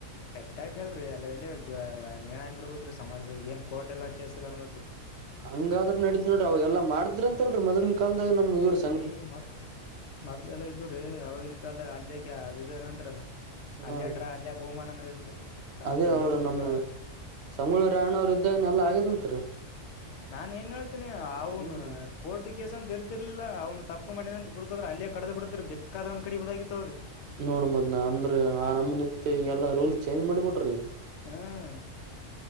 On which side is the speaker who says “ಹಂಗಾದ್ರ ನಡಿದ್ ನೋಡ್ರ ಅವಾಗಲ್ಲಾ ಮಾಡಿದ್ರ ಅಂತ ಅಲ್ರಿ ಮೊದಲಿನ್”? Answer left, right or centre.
Right